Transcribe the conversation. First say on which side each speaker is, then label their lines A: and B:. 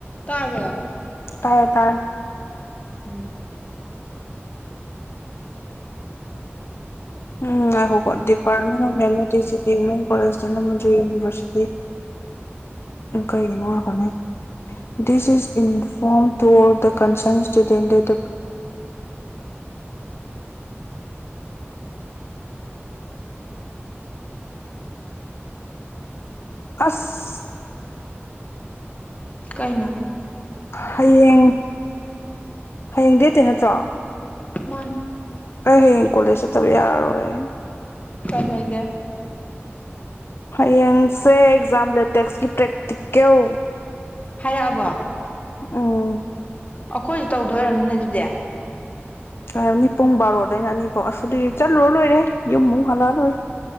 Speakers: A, on the left; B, on the left.
A: ꯇꯥꯕ
B: ꯇꯥꯔꯦ ꯇꯥꯔꯦ
A: ꯎꯝ
B: ꯎꯝ ꯉꯥꯏꯈꯣꯀꯣ department of mathematics G P women college Dhanamanjuri university ꯀꯩꯒꯤꯅꯣ ꯍꯥꯏꯕꯅꯦ this is inform to the concern student that ꯑꯁ
A: ꯀꯩꯅꯣ
B: ꯍꯌꯦꯡ ꯍꯌꯦꯡ ꯗꯦꯠ ꯅꯠꯇ꯭ꯔꯣ
A: ꯃꯥꯅꯤ
B: ꯑꯩ ꯍꯌꯦꯡ ꯀꯣꯂꯦꯖ ꯆꯠꯇꯕ ꯌꯥꯔꯔꯣꯏ
A: ꯀꯥꯏ ꯂꯩꯒꯦ
B: ꯍꯌꯦꯡꯁꯦ ꯑꯦꯛꯖꯥꯝ ꯂꯦꯇꯦꯛꯁꯀꯤ ꯄ꯭ꯔꯦꯛꯇꯤꯀꯦꯜ
A: ꯍꯥꯏꯔꯛꯑꯕꯣ
B: ꯎꯝ
A: ꯑꯈꯣꯏꯁꯨ ꯇꯧꯗꯣꯏ ꯑꯣꯢꯔꯝꯅꯤꯅꯦ ꯑꯗꯨꯗꯤ
B: ꯍꯥꯏꯔꯝꯅꯤ ꯄꯨꯡ ꯕꯥꯔꯣꯗꯩ ꯑꯅꯤꯐꯧ ꯑꯗꯤ ꯆꯠꯂꯨꯔ ꯂꯣꯏꯔꯦ ꯌꯨꯝꯃꯨꯛ ꯍꯜꯂꯛꯑ ꯂꯣꯏꯔꯦ